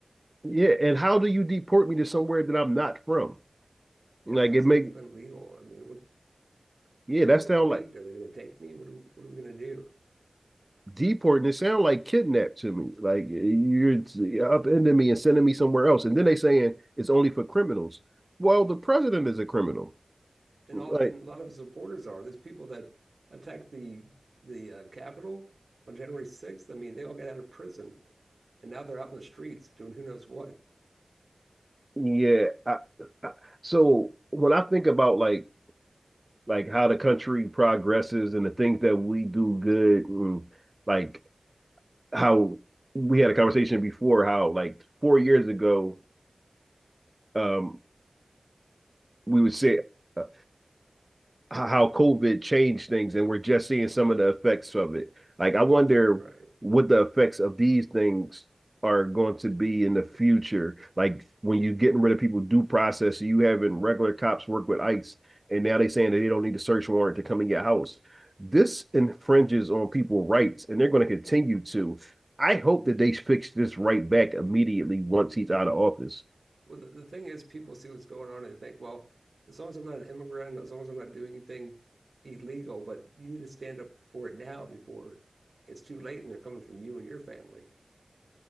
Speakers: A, on the right; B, on the right.
A: Yeah, and how do you deport me to somewhere that I'm not from?
B: Yeah,
A: Like
B: how's
A: it
B: that
A: make
B: even legal? I mean, what?
A: yeah.
B: Do they
A: That
B: want
A: sound
B: me?
A: like
B: Are they going to take me? What are, what are we going to do?
A: deporting, it sounds like kidnapped to me. Like you're upending me and sending me somewhere else. And then they saying it's only for criminals. Well, the president is a criminal.
B: And
A: Like,
B: all and a lot of his supporters are. There's people that attacked the the uh, Capitol on January 6th. I mean, they all got out of prison and now they're out in the streets doing who knows what.
A: yeah. I, I, so when I think about like like how the country progresses and the things that we do good and like how we had a conversation before how like four years ago um we would say uh, how COVID changed things, and we're just seeing some of the effects of it. Like, I wonder
B: Right.
A: what the effects of these things are going to be in the future. Like, when you're getting rid of people due process, you having regular cops work with ICE, and now they're saying that they don't need a search warrant to come in your house. This infringes on people's rights, and they're going to continue to. I hope that they fix this right back immediately once he's out of office.
B: Well, the, the thing is, people see what's going on and they think, well, as long as I'm not an immigrant, as long as I'm not doing anything illegal, but you need to stand up for it now before it's too late and they're coming for you and your family.